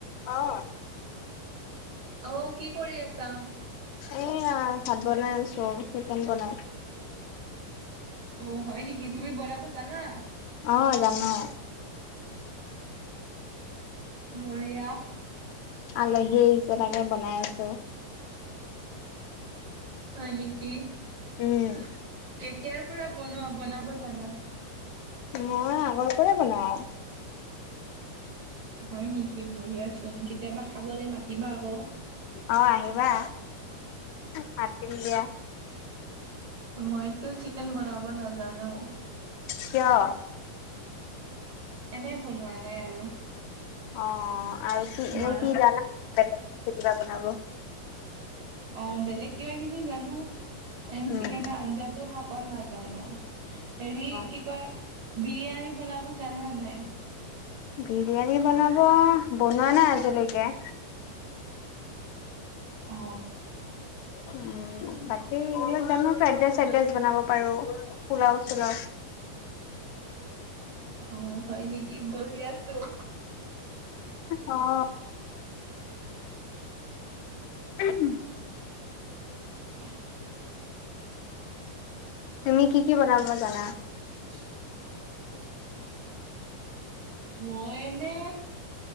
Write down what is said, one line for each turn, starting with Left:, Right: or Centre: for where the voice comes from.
Left: অ
Right: অ কি কৰি আছা
Left: এয়া ভাত বনাই আছো চিকেন বনাই
Right: অ হয় নেকি তুমি বনাব জানা
Left: অ জানো
Right: বঢ়িয়া
Left: আলহী আহিছে তাকে বনাই আছো
Right: হয় নেকি কেতিয়াৰ
Left: উম,
Right: পৰা বনোৱা বনাব জানা
Left: মই আগৰ পৰাই বনাও
Right: হয় নেকি বঢ়িয়া চোন কেতিয়াবা খাবলৈ মাতিবা আকৌ
Left: অ আহিবা মাতিম দিয়া
Right: মইতো চিকেন বনাব নাজানো
Left: কিয়
Right: এনে বনোৱা নাই আৰু
Left: অ আৰু কি
Right: মাৰ
Left: এনে কি জানা কিবা বনাব
Right: অ বেলেগ কিবা কিবি জানো
Left: উম,
Right: চিকেনৰ আঞ্জাটো অকল নাজানো হেৰি
Left: অ
Right: কি কয় বিৰিয়ানী বনাব জানা নাই
Left: বিৰিয়ানী বনাব বনোৱা নাই আজিলৈকে
Right: অ
Left: উম বাকী এইবিলাক জানো ফ্ৰাইডৰাইচ চাইডৰাইচ বনাব পাৰো পোলাও চোলাও
Right: অ হয় নেকি বঢ়িয়া চোন
Left: অ' উম
Right: <unintelligible>
Left: তুমি কি, কি বনাবা জানা
Right: <unintelligible> মই এনে